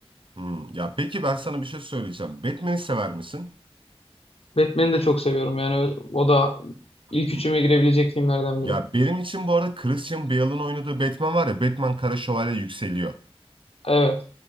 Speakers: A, on the right (about 55°); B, on the left (about 70°).
A: Hmm. Ya peki ben sana bir şey söyleyeceğim. Batman'i sever misin?
B: Batman'i de çok seviyorum yani o o da ilk
A: Hmm.
B: üçüme girebilecek filmlerden
A: Ya
B: biri.
A: benim için bu arada Christian Bale'ın oynadığı Batman var ya Batman Kara Şövalye yükseliyor.
B: Evet.